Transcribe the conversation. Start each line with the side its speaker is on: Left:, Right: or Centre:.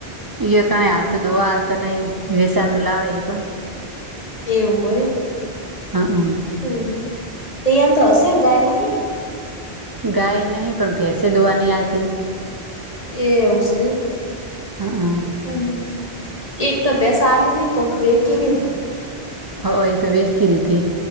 Right: ઇયા કણે હાલ તો દોવા હાલ તો નહી વેસાતું લાવે હ કો
Left: એવું હોય
Right: હમ
Left: હમ ત્યાં તો હશે ગાય નહી
Right: ગાય નહીં પણ ભેંસે દોવાની આલતી
Left: એવું સે
Right: હઅંમ
Left: હમ એક તો પૈસા <unintelligible> કોક વેચી રે
Right: હઅં એ તો વેસી દીધી